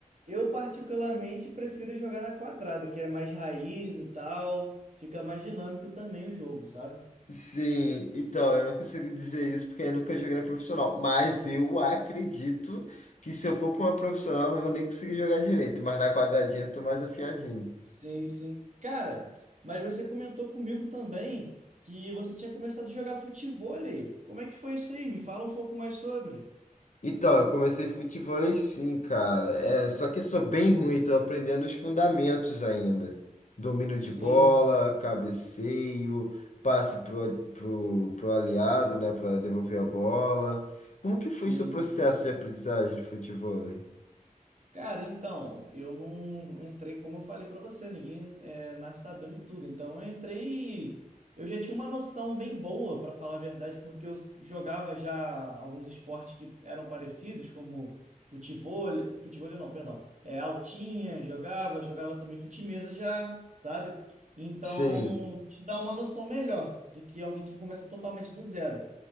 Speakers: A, on the right; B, on the left.
A: eu particularmente prefiro jogar na quadrada, que é mais raiz e tal, fica mais dinâmico também o jogo, sabe?
B: Sim, então, eu não consigo dizer isso porque eu nunca joguei na profissional. Mas eu acredito que se eu for pra uma profissional, eu não vou nem conseguir jogar direito. Mas na quadradinha eu tô mais afiadinho.
A: Sim, sim. Cara, mas você comentou comigo também que você tinha começado a jogar futevôlei. Como é que foi isso aí? Me fala um pouco mais sobre.
B: Então, eu comecei futevôlei sim, cara. É, só que eu sou bem ruim, tô aprendendo os fundamentos ainda. Domínio
A: Sim,
B: de bola,
A: sim,
B: cabeceio, passe pro, pro, pro aliado, né, para devolver a bola. Como que
A: sim,
B: foi seu processo
A: sim.
B: de aprendizagem de futevôlei?
A: Cara, então, eu não entrei, como eu falei pra você, ninguém é, nasce sabendo tudo. Então, eu entrei, eu já tinha uma noção bem boa, pra falar a verdade, porque eu jogava já alguns esportes que eram parecidos, como futebol, futebol não, perdão, é, altinha, jogava, jogava também fute-mesa já, sabe? Então,
B: Sim.
A: te dá uma noção melhor do que alguém que começa totalmente do zero.